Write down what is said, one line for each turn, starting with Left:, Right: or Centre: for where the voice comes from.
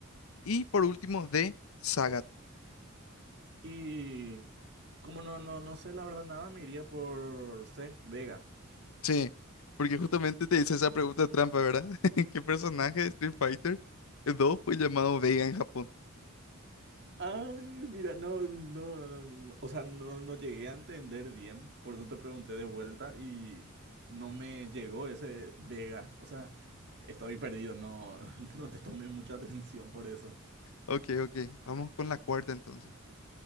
Left: y por último D, Sagat.
Right: Y como no, no, no sé la verdad nada, me iría por C, Vega.
Left: Sí, porque justamente te hice esa pregunta trampa, ¿verdad? <laughs> ¿Qué personaje de Street Fighter 2 fue llamado Vega en Japón?
Right: Ay, mira, no, no, no, no. O sea, no, no llegué a entender bien, por eso te pregunté de vuelta y no me llegó ese Vega. O sea, estoy perdido, no, <laughs> no te tomé mucha atención por eso.
Left: Ok, ok, vamos con la cuarta entonces.